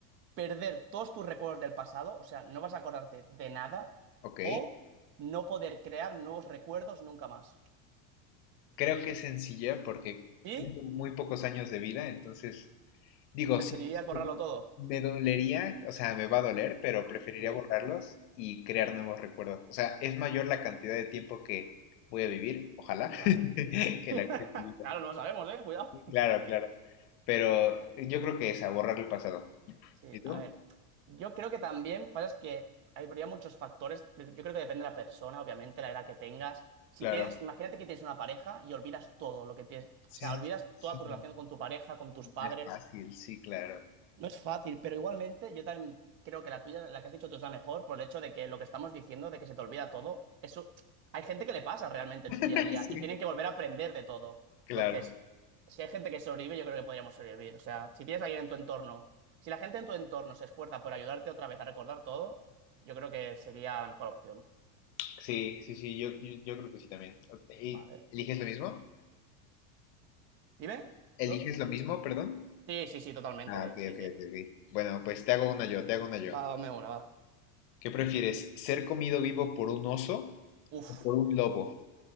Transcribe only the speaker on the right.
¿Perder todos tus recuerdos del pasado? O sea, no vas a acordarte de nada.
¿O no poder crear nuevos recuerdos nunca más?
¿Y
preferirías
borrarlo todo?
Sí,
claro.
<laughs>
Claro, no lo sabemos, ¿eh? Cuidado.
Sí,
a ver. Yo creo que también pasa es que habría muchos factores. Yo creo que depende de la persona, obviamente, la edad que tengas. Si
tienes, imagínate que tienes una pareja y olvidas todo lo que tienes.
O sea, olvidas
toda tu relación con tu pareja, con tus padres.
No es fácil, pero igualmente yo también creo que la tuya, la que has dicho tú, es la mejor por el hecho de que lo que estamos diciendo, de que se te olvida todo, eso hay gente que le pasa realmente en
su día a día
y tienen que volver a aprender de todo.
Entonces, si hay gente que sobrevive, yo creo que podríamos sobrevivir. O sea, si tienes a alguien en tu entorno, si la gente en tu entorno se esfuerza por ayudarte otra vez a recordar todo, yo creo que sería la mejor opción.
Vale.
¿Dime?
¿Perdón?
Sí, sí, sí, totalmente.
Sí,
sí.
Va, dame una, va.
Uf,